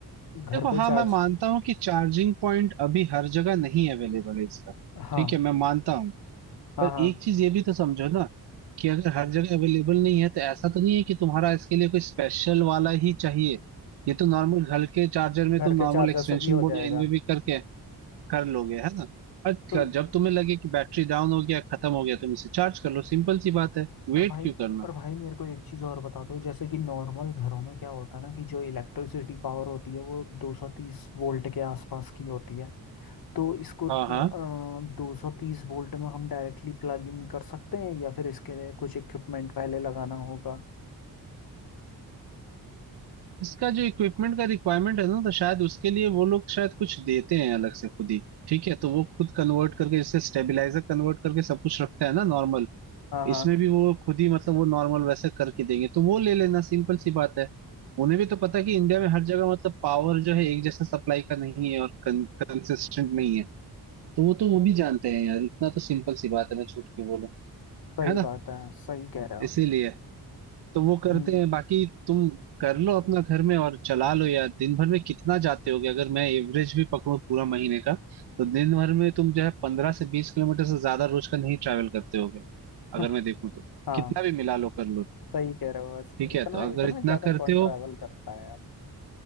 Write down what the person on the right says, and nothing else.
देखो
हाँ
मैं मानता हूँ कि चार्जिंग पॉइंट अभी हर जगह नहीं अवेलेबल है इसका
ठीक है मैं मानता हूँ
पर
एक चीज ये भी तो समझो ना कि अगर हर जगह अवेलेबल नहीं है तो ऐसा तो नहीं है कि तुम्हारा इसके लिए कोई स्पेशल वाला ही चाहिए ये तो नॉर्मल घर के चार्जर में
तुम
नॉर्मल
एक्सटेंशन
बोर्ड
या इनमें भी करके कर लोगे है ना और
क- जब तुम्हें लगे कि बैटरी डाउन हो गया खत्म हो गया तुम इसे चार्ज कर लो सिंपल सी बात है वेट
क्यों करना
हाँ हाँ
इसका जो इक्विपमेंट का रिक्वायरमेंट है ना तो शायद उसके लिए वो लोग शायद कुछ देते हैं अलग से खुद ही ठीक है तो वो खुद कन्वर्ट करके जैसे स्टेबलाइजर कन्वर्ट करके सब कुछ रखता है ना नॉर्मल
इसमें भी वो खुद ही मतलब वो नॉर्मल वैसे करके देंगे तो वो ले लेना सिंपल सी बात है उन्हें भी तो पता है कि इंडिया में हर जगह मतलब पावर जो है एक जैसा सप्लाई का नहीं है और कंसिस्टेंट नहीं है तो वो तो वो भी जानते हैं यार इतना तो सिंपल सी बात है मैं छूट के बोलूं
है ना
इसीलिए तो वो करते
हैं बाकी तुम कर लो अपना घर में और चला लो यार दिन भर में कितना जाते होगे अगर मैं एवरेज भी पकड़ूं पूरा महीने का तो दिन भर में तुम जो है पंद्रह से बीस किलोमीटर से ज्यादा रोज का नहीं ट्रैवल करते होगे अगर
मैं देखूं तो
कितना भी मिला लो कर लो
ठीक
है तो अगर
इतना
करते
हो